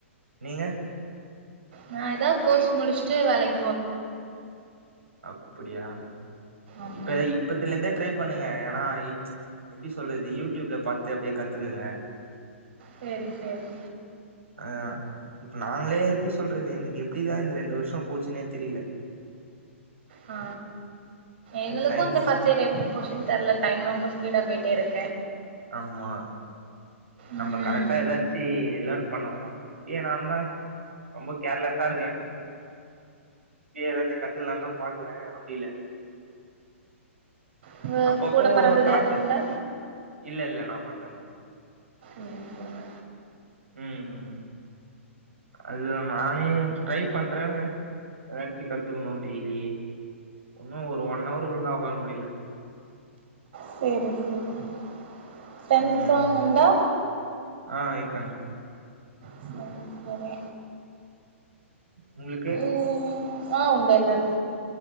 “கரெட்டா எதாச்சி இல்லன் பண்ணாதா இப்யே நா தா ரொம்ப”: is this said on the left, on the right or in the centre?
Right